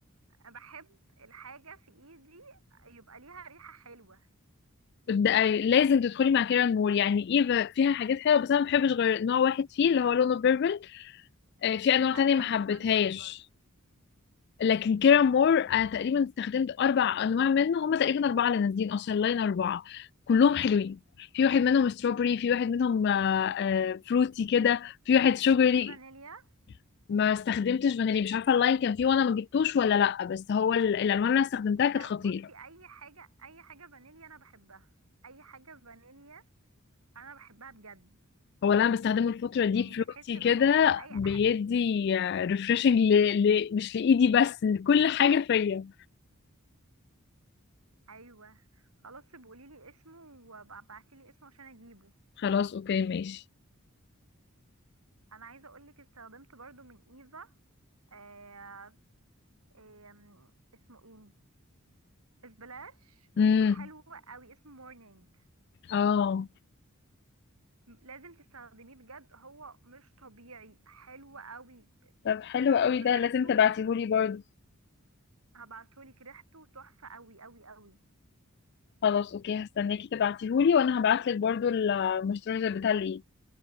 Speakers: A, on the right (about 85°); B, on the left (about 50°).
A: انا بحب الحاجه في ايدي يبقى ليها ريحه حلوه
B: ده لازم تدخلي مع كيرا مور يعني ايفا فيها حاجات حلوة بس انا ما بحبش غير نوع واحد فيه اللي هو لونه بيربل آه، في انواع
A: ايوه
B: تانية ما
A: انا
B: حبيتهاش
A: بستخدم بيربل برضه
B: لكن كيرا مور انا تقريبا استخدمت اربع انواع منه هما تقريبا اربعة اللي نازلين اصلا لاين اربعة كلهم حلوين في
A: امم
B: واحد منهم ستروبري في واحد منهم آه، آه، فروتي كده في واحد شوجري
A: في فانيليا
B: ما استخدمتش فانيلي مش عارفه اللاين كان فيه وانا ما جبتوش ولا لا بس هو ال- الالوان اللي انا استخدمتها
A: انا
B: كانت خطيره
A: بصي اي حاجه اي حاجه فانيليا انا بحبها اي حاجه فانيليا انا بحبها بجد
B: هو اللي انا بستخدمه الفتره دي
A: يعني بحس
B: فلوتي
A: اللي
B: كده
A: هو اي
B: بيدي
A: أه
B: ريفرشنج ل... ل... مش لايدي بس لكل حاجه فيا
A: ايوه خلاص بقولي لي اسمه وابعتي لي اسمه عشان اجيبه
B: خلاص اوكي ماشي
A: انا عايزه اقول لك استخدمت برضو من ايفا آه آم، اسمه ايه اسبلاش
B: امم
A: حلو قوي اسمه مورنينج
B: اه
A: لازم تستخدميه بجد هو مش طبيعي حلو قوي
B: طب حلو قوي
A: ريحته
B: ده لازم تبعتيهولي برضو
A: هبعتهولك ريحته تحفه قوي قوي قوي
B: خلاص اوكي هستناكي تبعتيهولي وانا هبعتلك برضو المسترزر بتاع الايد